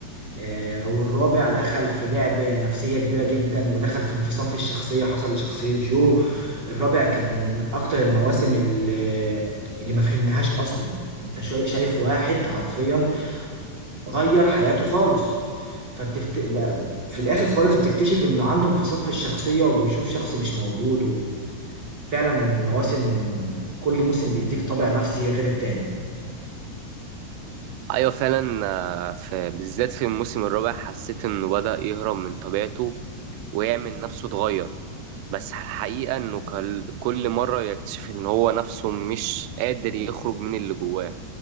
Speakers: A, on the right; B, on the right.
A: آه، والرابع دخل في لعب نفسية كبيرة جدا ودخل في انفصام في الشخصية حصل لشخصية جو الرابع كان من اكتر المواسم اللي اللي ما فهمناهاش اصلا انت شوي- شايف واحد حرفيا غير حياته خالص فبتفت... ب- في الاخر خالص بتكتشف انه عنده انفصام في الشخصية وبيشوف شخص مش موجود فعلا المواسم كل موسم بيديك طابع نفسي غير التاني
B: ايوه فعلا آه، في بالذات في الموسم الرابع حسيت انه بدأ يهرب من طبيعته ويعمل نفسه اتغير بس الحقيقة انه كل كل مرة يكتشف ان هو نفسه مش قادر يخرج من اللي جواه